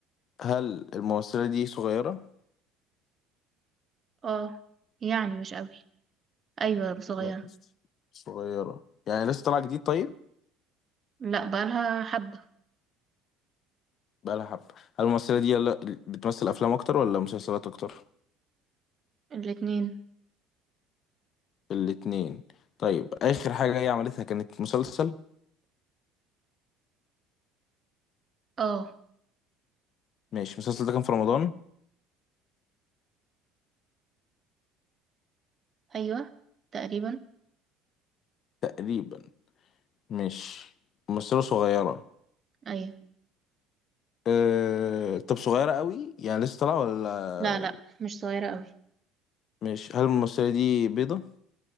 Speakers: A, on the left (about 50°); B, on the right (about 35°).
A: هل الممثلة دي صغيرة
B: اه يعني مش قوي ايوه صغيرة
A: لا مش صغيرة يعني لسه طالعة جديد طيب
B: لا بقالها حبة
A: بقالها حبة هل الممثلة دي يلا بتمثل أفلام أكتر ولا مسلسلات أكتر؟
B: الاتنين
A: الاتنين طيب آخر حاجة هي عملتها كانت مسلسل
B: اه
A: ماشي المسلسل ده كان في رمضان
B: ايوه تقريبا
A: تقريبا ماشي ممثلة صغيرة
B: ايوه
A: أه... طب صغيرة قوي يعني لسه طالعة ولا
B: لا لا مش صغيرة قوي
A: مش هل الممثلة دي بيضة